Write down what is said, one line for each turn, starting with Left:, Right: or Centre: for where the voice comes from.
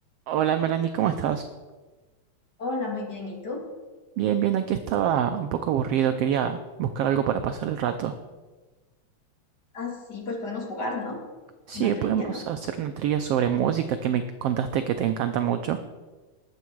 Right: Hola Melanie, ¿cómo estás?
Left: Hola, muy bien. ¿Y tú?
Right: Bien, bien, aquí estaba un poco aburrido, quería buscar algo para pasar el rato.
Left: Ah, sí, pues podemos jugar, ¿no?
Right: Sí,
Left: Una trivia,
Right: podemos
Left: ¿no?
Right: hacer una trivia sobre música que me contaste que te encanta mucho.